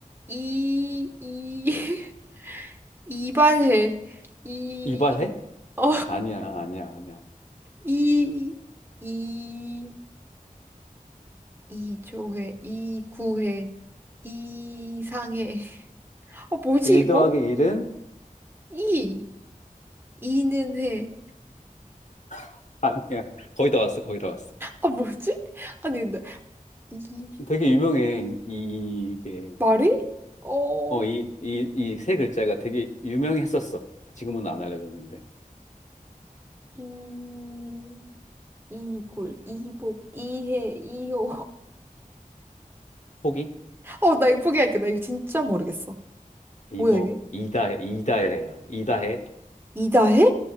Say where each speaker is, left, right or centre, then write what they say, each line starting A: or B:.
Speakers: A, on the right; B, on the left.
A: 이, 이, <laughs> 이발해, 이,
B: 이발해?
A: 어,
B: 아니야, 아니야, 아니야.
A: 이, 이, 이조해, 이구해, 이상해. 아 뭐지
B: 일
A: 이거?
B: 더하기 일은?
A: 이 이는 해.
B: <laughs> 아니야. 거의 다 왔어, 거의 다 왔어.
A: 아, 뭐지? 아니, 근데 이
B: 되게 유명해. 이- 이게
A: 말이? 어,
B: 어, 이, 이, 이 세 글자가 되게 유명했었어. 지금은 안 알려졌는데.
A: 이 이골 이복 이해 이호.
B: 포기?
A: <laughs> 어, 나 이거 포기할게. 나 이거 진짜 모르겠어.
B: 이거
A: 뭐야 이게?
B: 이다해, 이다해야. 이다해.
A: 이다해?